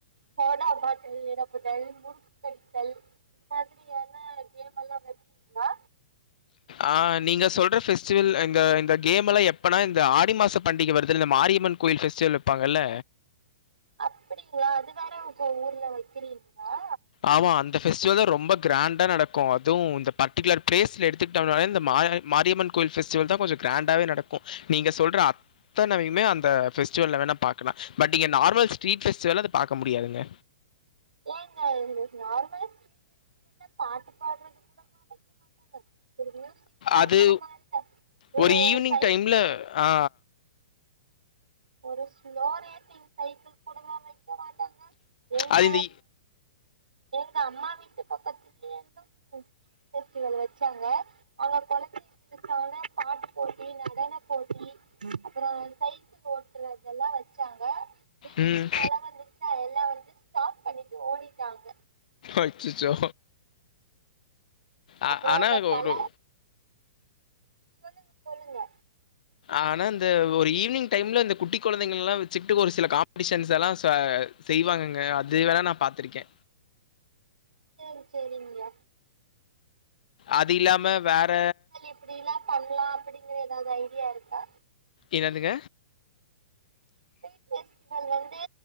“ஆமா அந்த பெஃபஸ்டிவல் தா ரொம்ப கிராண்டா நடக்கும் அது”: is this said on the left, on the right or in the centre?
Left